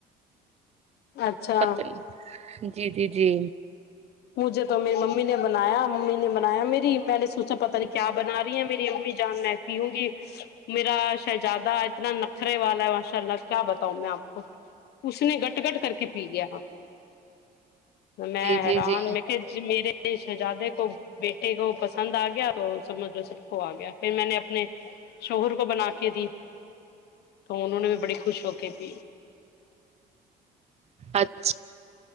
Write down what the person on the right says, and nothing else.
پتن جی جی جی
جی جی
جی
اچھا